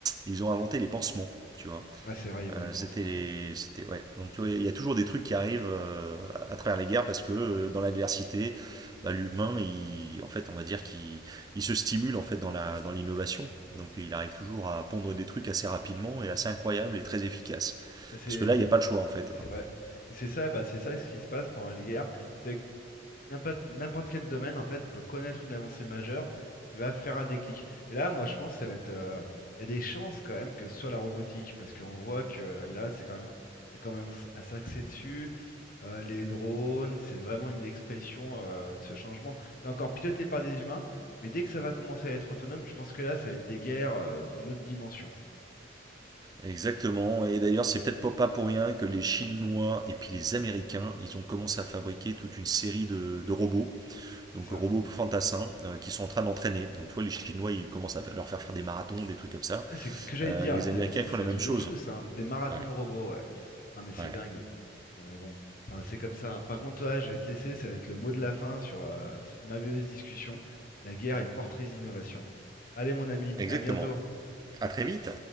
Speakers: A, on the right (about 20°); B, on the left (about 50°).
A: Ils ont inventé les pansements, tu vois.
B: Ouais, c'est vrai, il y avait
A: Euh,
B: des pansements.
A: c'était les,
B: ouais.
A: c'était ouais. Donc tu vois, il y a toujours des trucs qui arrivent euh, à à travers les guerres parce que euh, dans l'adversité, bah, l'humain, il, en fait, on va dire qu'il, il se stimule en fait dans la, dans l'innovation. Donc il arrive toujours à pondre des trucs assez rapidement et assez incroyables et très efficaces.
B: Bah, C'est
A: Parce que là, il n'y a pas le choix en fait.
B: c'est
A: hein.
B: vrai. Et c'est ça, bah, c'est ça ce qui se passe pendant les guerres. C'est N'importe n'importe quel domaine, en fait, peut connaître une avancée majeure qui va faire un déclic. Et là, moi, je pense que ça va être. euh, Il y a des chances quand même que ce soit la robotique, parce qu'on voit que là, c'est quand même, ça commence à s'axer dessus. Euh, les drones, c'est vraiment une expression euh, de ce changement. C'est encore piloté par des humains, mais dès que ça va commencer à être autonome, je pense que là, ça va être des guerres euh, d'une autre dimension.
A: Exactement. Et d'ailleurs, c'est peut-être pas pas pour rien que les Chinois et puis les Américains, ils ont commencé à fabriquer toute une série de, de robots donc
B: C'est ça.
A: robots fantassins euh, qui sont en train d'entraîner. Donc tu vois, les Chinois, ils commencent à leur faire faire des marathons, des trucs comme ça.
B: Ouais, c'est ce que j'allais
A: Euh,
B: te dire.
A: les Américains,
B: T'as vu, C'est
A: ils font
B: c'est
A: la
B: un
A: même
B: truc
A: chose.
B: de fou, ça. hein. Des marathons
A: Ouais,
B: de robots, ouais. Ah, mais c'est
A: ouais,
B: dingue. Ah, mais bon. Enfin, c'est comme ça. hein. Par contre, toi, je vais te laisser. Ça va être le mot de la fin sur euh, cette merveilleuse discussion. La guerre est portrice d'innovation. Allez, mon ami,
A: exactement.
B: à bientôt.
A: À très vite.